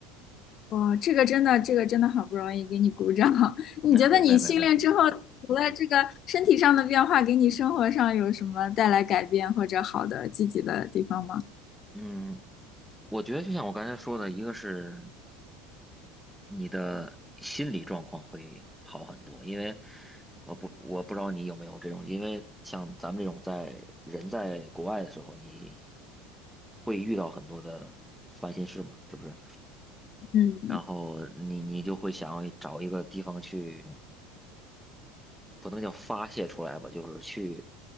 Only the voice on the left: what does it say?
哇，这个真的，这个真的好不容易给你鼓掌。<laughs>
你觉得你训练之后，
除了这个身体上的变化，给你生活上有什么带来改变或者好的积极的地方吗？
嗯，